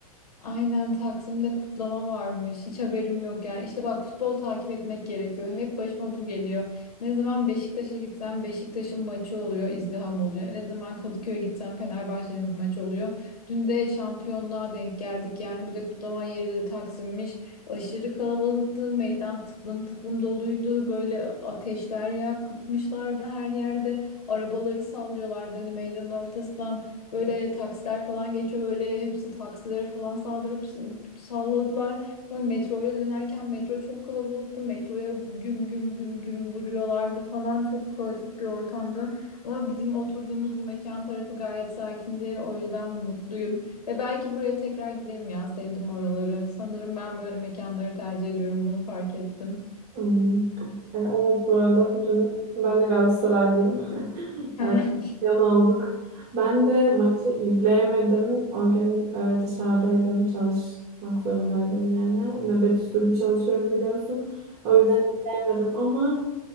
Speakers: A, on the left; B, on the right.
A: Aynen Taksim'de kutlama varmış. Hiç haberim yok yani. İşte bak futbol takip etmek gerekiyor. Hep başıma bu geliyor. Ne zaman Beşiktaş'a gitsem Beşiktaş'ın maçı oluyor, izdiham oluyor. Ne zaman Kadıköy'e gitsem Fenerbahçe'nin maçı oluyor. Dün de şampiyonluğa denk geldik. Yani bir de kutlama yeri de Taksim'miş. Aşırı kalabalıktı. Meydan tıklım tıklım doluydu. Böyle ateşler yakmışlardı her yerde. Arabaları sallıyorlardı hani meydanın ortasından. Böyle taksiler falan geçiyor böyle hepsi taksilere falan saldırıp s- salladılar. Sonra metroya dönerken metro çok kalabalıktı. Metroya güm güm güm güm vuruyorlardı falan çok kaotik bir ortamdı. Ama bizim oturduğumuz bu mekan tarafı gayet sakindi. O yüzden mutluyum. Ve belki buraya tekrar giderim ya sevdim oraları. Sanırım ben böyle mekanları tercih ediyorum bunu fark ettim.
B: Hmm. E, Evet bu arada dün ben de Galatasaraylıyım. <laughs>
A: <laughs>
B: Evet, yan aldık. Ben de maçı izleyemedim. O gün e, dışarıdaydım. Çalışmak zorundaydım yani. Nöbet usulü çalışıyorum biliyorsun. O yüzden izleyemedim ama